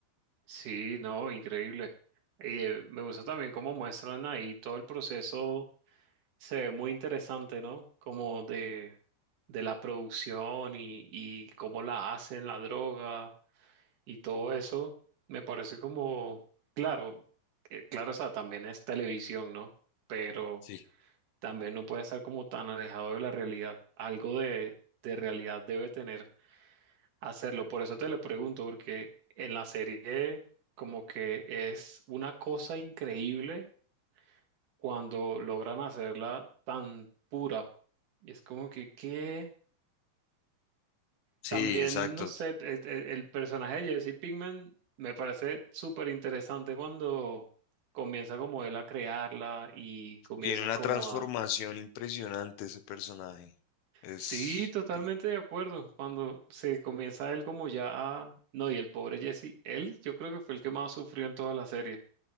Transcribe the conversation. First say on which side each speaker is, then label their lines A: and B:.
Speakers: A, on the right (about 55°); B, on the left (about 80°).
A: Sí, no, increíble. Y eh, me gusta también cómo muestran ahí todo el proceso, se ve muy interesante, ¿no? Como de, de la producción y, y cómo la hacen, la droga y todo eso. Me parece como, claro, eh, claro, o sea, también es televisión, ¿no? Pero
B: Sí,
A: también no puede estar como tan alejado de la realidad. Algo de, de realidad debe tener hacerlo. Por eso te lo pregunto, porque en la serie como que es una cosa increíble cuando logran hacerla tan pura. Y es como que, ¿qué?
B: Sí,
A: También,
B: exacto.
A: no sé, e- e- el, personaje de Jesse Pinkman me parece súper interesante cuando comienza como él a crearla y comienza
B: Tiene una
A: como
B: transformación
A: a
B: impresionante ese personaje. Es
A: Sí, totalmente
B: di-
A: de acuerdo. Cuando se comienza él como ya a... No, y el pobre Jesse, él yo creo que fue el que más sufrió en toda la serie.